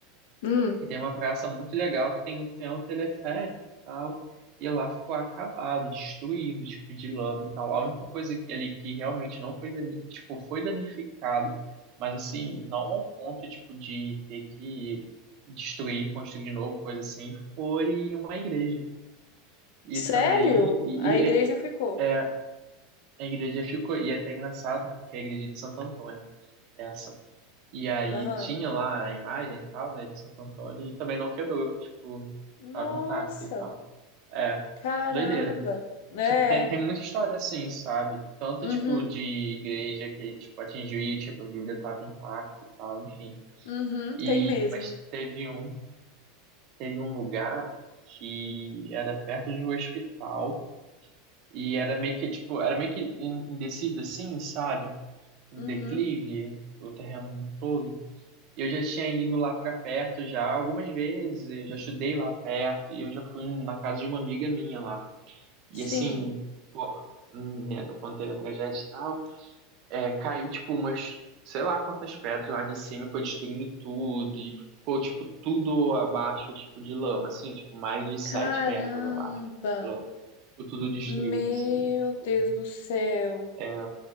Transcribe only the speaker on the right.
E tem uma praça muito legal que tem, tem o teleférico e tal. E lá ficou acabado, destruído, tipo, de lama e tal. A única coisa que- ali que realmente não foi, dani tipo, foi danificado, mas assim, não ao ponto, tipo, de ter que destruir, construir de novo, coisa assim, foi uma igreja. E
também, e,
e-
é, a igreja ficou, e é até engraçado, porque é a igreja de Santo Antônio, é essa e aí
tinha lá a imagem e tal, né, de Santo Antônio, e também não quebrou, tipo, tava
intacta e tal. É,
doideira.
Tipo, tem, tem muita história assim, sabe? Tanto,
tipo, de igreja que, tipo, atingiu e, tipo, a Bíblia tava intacta e tal, enfim.
E,
mas teve um, teve um lugar que era perto de um hospital e era meio que, tipo, era meio que em, em descida assim, sabe? Um
declive, o terreno todo. Eu já tinha ido lá pra perto já algumas vezes, eu já estudei lá perto e eu já fui na casa de uma amiga minha lá. E
assim, pô, né, quando teve a tragédia e tal, é, caiu tipo umas, sei lá quantas pedras lá de cima e foi destruindo tudo e ficou tipo tudo abaixo, tipo de lama, assim, tipo mais de sete
metros abaixo tipo, de lama. Ficou tudo destruído,
assim. tipo,
É